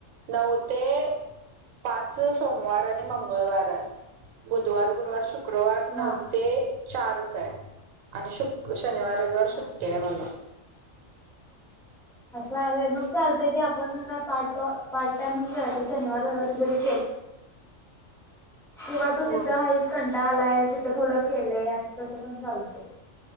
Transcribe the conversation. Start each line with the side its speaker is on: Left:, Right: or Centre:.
Right: नऊ ते पाच सोमवार आणि मंगळवार हाय बुधवार गुरुवार शु शुक्रवार नऊ
Centre: हा.
Right: ते चारच ये. आणि शुक शनिवार रयवार
Centre: हा
Right: सुट्टी आहे मला.
Centre: असं हाय मग चालतं की आपण काय पार्ट पार्ट टाइम म्हून कराय शनिवार रविवारी जरी केला किंवा तू
Right: होय
Centre: तिथं हाईस कंटा आलाय तिथं थोडं केलंय असं तसं पण चालतय.